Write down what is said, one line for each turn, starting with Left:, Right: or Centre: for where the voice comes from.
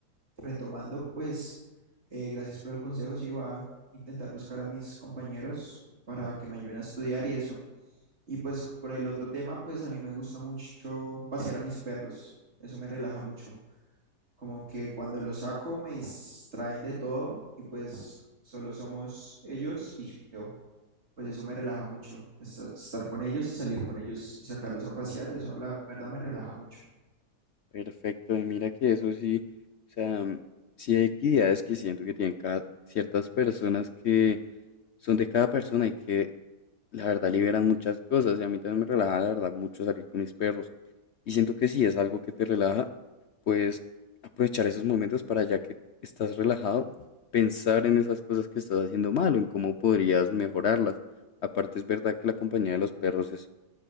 Right: retomando, pues, eh, gracias por el consejo. Sí, voy a intentar buscar a mis compañeros para que me ayuden a estudiar y eso. Y pues por el otro tema, pues a mí me gusta mucho pasear a mis perros. Eso me relaja mucho. Como que cuando los saco me distraen de todo y pues solo somos ellos y yo. Pues eso me relaja mucho. Esta- Estar con ellos y salir con ellos y sacarlos a pasear, eso la verdad me relaja mucho.
Left: Perfecto, y mira que eso sí, o sea, mm, sí hay actividades que siento que tienen cada- ciertas personas que son de cada persona y que la verdad liberan muchas cosas y a mí también me relaja la verdad mucho salir con mis perros y siento que si es algo que te relaja, pues aprovechar esos momentos para ya que estás relajado, pensar en esas cosas que estás haciendo mal o en cómo podrías mejorarlas. Aparte es verdad que la compañía de los perros es,